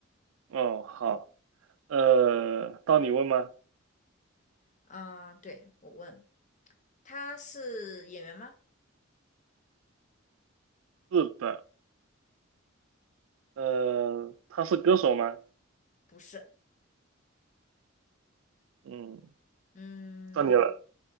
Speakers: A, on the right (about 75°); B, on the left (about 40°).
A: 哦，好。呃，到你问吗？
B: 啊、对，我问，他是演员吗？
A: 是的，呃，他是歌手吗？
B: 不是，
A: 嗯，
B: 嗯，
A: 到你了。